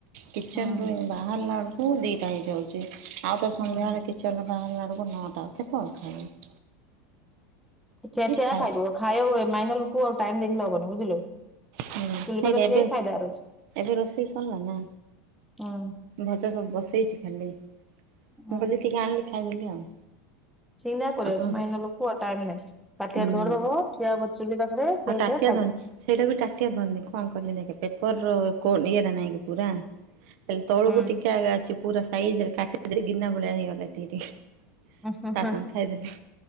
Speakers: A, on the right (about 65°); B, in the centre.
A: କିଚେନରୁୁ
B: ହୁଁ
A: ଏଇନେ ବା ବାହାରିଲା ବେଳକୁ ଦିଇଟା ହେଇଯାଉଚି ଆଉ ତ ସନ୍ଧ୍ୟାବେଳେ
B: ହୁଁ
A: କି କିଚେନରୁ ବାହାରିଲା ବେଳକୁ ନଅଟା କେତେବେଳେ ଖାଇବି।
B: ହୁଁ ଠିଆ ଠିଆ
A: ଖାଇ
B: ଖାଇବୁ ଖାଇଆ ମାଇନା ଲୋକ ଆଉ ଟାଇମ ଦେଖିଲେ ହବନି ବୁଝିଲୁ।
A: ହୁଁ
B: ଚୁଲି ପାଖରେ
A: ବେବେ
B: ଠିଆ ହେଇ ଖାଇଦବାର ଅଛି
A: ଏବେ ରୋଷେଇ ସରିଲା ନା।
B: ହୁଁ
A: ଭଜା ସବୁ ବସେଇଚି ଖାଲି ମୁଁ
B: ହୁଁ
A: କଇଲି ଟିକେ ଆଣିଲି ଖାଇଦେଲି ଆଉ।
B: ସିନା କରିଅଚି
A: ଆଉ କଣ
B: ମାଇନର
A: କରିବା
B: ଲୋକ ଆ ଟାଇମ୍‌ନାଇଁ ତାଟିଆରେ
A: ହୁଁ
B: ଧରିଦବ ଠିଆ ବ ଚୁଲି ପାଖରେ ଠିଆ
A: ଆଉ
B: ହେଇ
A: ତାଟିଆ
B: ଠିଆ ଖାଇବ
A: ଧରିନି। ସେଇଟା ବି ଟାଟିଆ ଧରନି କଣ କିଲ ଦେଖ ପେପର ର ଇଏଟା ନାଇଁ କି ପୁରା। ହେଲି ତଳକୁ
B: ହୁଁ
A: ଟିକେ ଆଗ ଅଛି ପୁରା ସାଇଜରେ କା ଗିନା ଭଳିଆ ହେଇଗଲା ଟିକେ ଟିକେ।
B: ଉଁ ହୁଁ
A: ତା
B: ହୁଁ
A: ସାଙ୍ଗ ଖାଇଦେଲେ